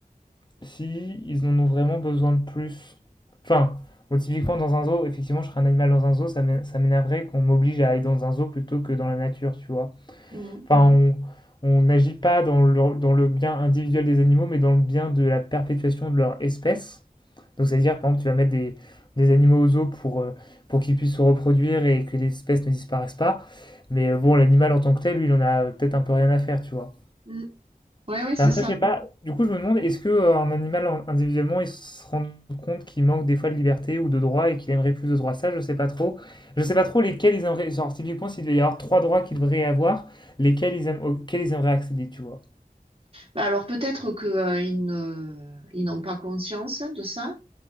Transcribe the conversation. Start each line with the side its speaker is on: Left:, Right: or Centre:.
Left: si ils en ont vraiment besoin de plus. Enfin, bon, typiquement dans un zoo, effectivement, je serais un animal dans un zoo, ça m'é- ça m'énerverait qu'on m'oblige à aller dans un zoo plutôt que dans la nature, tu vois.
Right: Mm.
Left: Enfin, on n'agit pas dans le, dans le bien individuel des animaux, mais dans le bien de la perpétuation de leur espèce. Donc, c'est-à-dire, par exemple, tu vas mettre des, des animaux aux eaux pour, euh, pour qu'ils puissent se reproduire et que l'espèce ne disparaisse pas. Mais euh, bon, l'animal en tant que tel, lui, il en a euh, peut-être un peu rien à faire, tu vois.
Right: Mm. Oui, oui, c'est
Left: Bah, Après,
Right: ça.
Left: je sais pas, du coup, je me demande, est-ce que euh, un animal en- individuellement, il se rend compte qu'il manque des fois de liberté ou de droits et qu'il aimerait plus de droits? Ça, je sais pas trop. Je sais pas trop lesquels ils aimeraient, genre, typiquement, s'il devait y avoir trois droits qu'ils devraient avoir, lesquels ils aiment, auxquels ils aimeraient accéder, tu vois.
Right: Bah, Alors peut-être que euh, ils ne- ils n'ont pas conscience de ça,